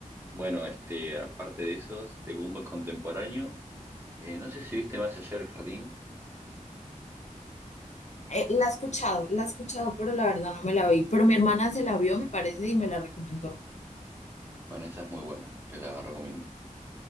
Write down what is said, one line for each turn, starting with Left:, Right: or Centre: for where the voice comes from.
Right: Bueno, este, aparte de esos, de Gumball Contemporáneo, eh, no sé si viste Más allá del jardín,
Left: Eh, la he escuchado, la he escuchado, pero la verdad no me la vi. Pero mi hermana se la vio, me parece, y me la recomendó.
Right: bueno, esa es muy buena, te la recomiendo.